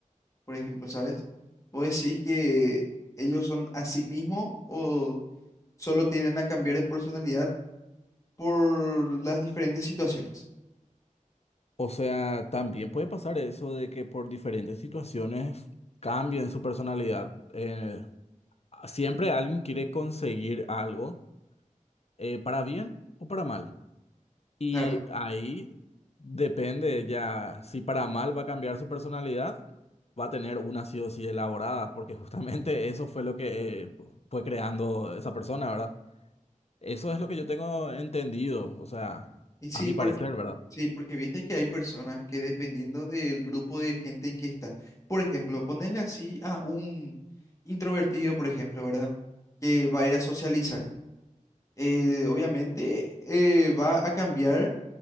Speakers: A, on the left; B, on the left.
A: por ejemplo, ¿sabes? ¿Vos decís que ellos son a sí mismos o solo tienden a cambiar de personalidad por las diferentes situaciones.
B: O sea, también puede pasar eso de que por diferentes situaciones cambien su personalidad. Eh, siempre alguien quiere conseguir algo, eh, para bien o para mal. Y
A: Claro.
B: ahí depende ya si para mal va a cambiar su personalidad. va a tener una sí o sí elaborada, porque justamente eso fue lo que eh, fue creando esa persona, ¿verdad? Eso es lo que yo tengo entendido, o sea,
A: Y sí,
B: a mi
A: porque,
B: parecer, ¿verdad?
A: sí, porque viste que hay personas que dependiendo del grupo de gente en que está, por ejemplo, ponerle así a un introvertido, por ejemplo, ¿verdad? Que va a ir a socializar. eh, obviamente eh, va a cambiar